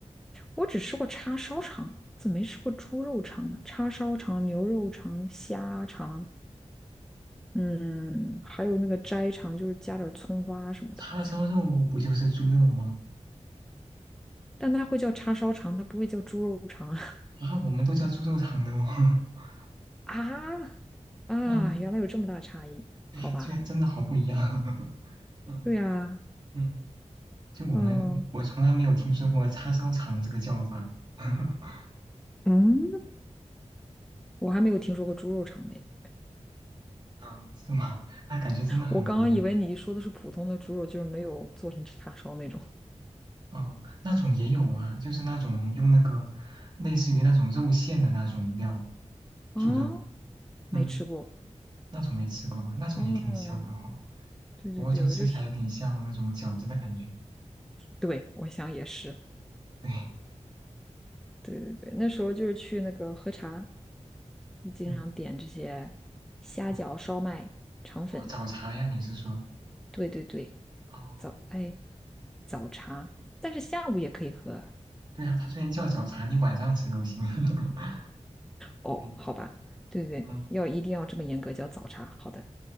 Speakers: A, in the centre; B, on the right.
A: 我只吃过叉烧肠，怎么没吃过猪肉肠呢？叉烧肠、牛肉肠、虾肠，嗯，还有那个斋肠，就是加点葱花什么的，
B: 叉烧肉不就是猪肉吗？
A: 好像。但它会叫叉烧肠，它不会叫猪肉肠啊！
B: 啊，我们都叫猪肉肠的哦。<laughs>
A: <laughs> 啊啊，
B: 嗯，
A: 原来有这么大差异，
B: 对呀，
A: 好吧？
B: 居然真的好不一样。<laughs> 嗯
A: 对呀，
B: 嗯，就我们我从来没有听说过叉烧肠这个叫法。
A: 嗯
B: <laughs>
A: 嗯，我还没有听说过猪肉肠嘞。
B: 啊，是吗？那感觉真的很不一样。
A: 我刚刚以为你说的是普通的猪肉，就是没有做成叉烧那种
B: 哦，那种也有啊，就是那种用那个类似于那种肉馅的那种料，
A: 啊，
B: 猪肉，
A: 没吃过。
B: 嗯，那种没吃过吗？那种也挺香的哈、
A: 嗯，对对对，
B: 不过就吃起来有点像那种饺子的感觉。
A: 我就对，我想也是，
B: 对，
A: 对对对，那时候就是去那个喝茶，经常点这些虾饺、
B: 嗯，哦
A: 烧麦、肠粉，
B: 哦，早茶呀，你是说？
A: 对对对，
B: 哦，
A: 早，哎，早茶，但是下午也可以喝啊
B: 对啊，它虽然叫早茶，你晚上吃都行。<laughs>
A: 哦，
B: 对，
A: 好吧，对对对，
B: 嗯，
A: 要一定要这么严格叫早茶，好的，